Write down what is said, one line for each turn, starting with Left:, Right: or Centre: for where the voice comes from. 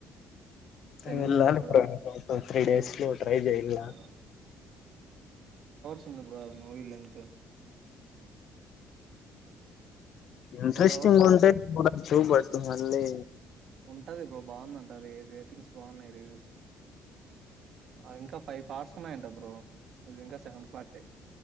Right: తెలుగులో
Left: వెళ్ళాలి
Right: చూడాలి
Left: బ్రో ఇంక త్రీ డేస్ లో ట్రై చేయ్యల
Right: ఆ వుంది బ్రో అది movie length
Left: interesting
Right: four hours
Left: ఉంటే పోద టు వర్త్ మళ్ళీ
Right: ఉంటది బ్రో బాగుందంట అది రేటింగ్స్ బాగున్నాయి రివ్యూస్ ఆ ఇంకా ఫైవ్ పార్ట్స్ ఉన్నాయంట బ్రో ఇది ఇంకా సెకండ్ పార్టే